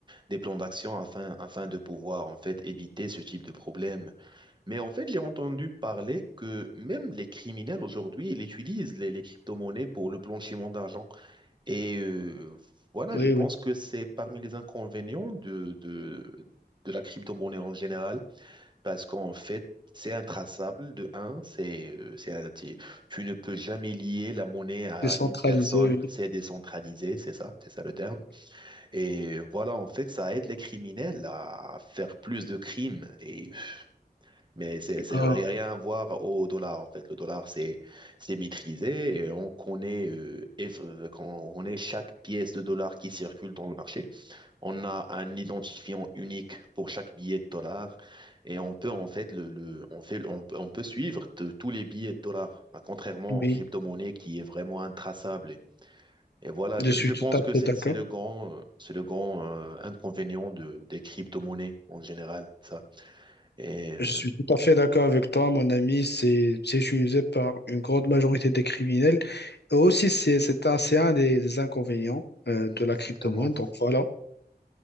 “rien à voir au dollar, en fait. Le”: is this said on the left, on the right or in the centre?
Right